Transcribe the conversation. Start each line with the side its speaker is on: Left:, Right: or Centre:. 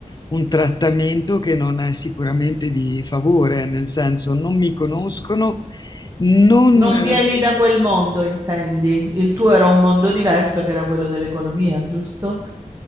Left: un trattamento che non è sicuramente di favore, nel senso non mi conoscono, non
Right: Non
Left: eh,
Right: vieni da quel mondo, intendi? Il tuo era un mondo diverso che era quello dell'economia, giusto?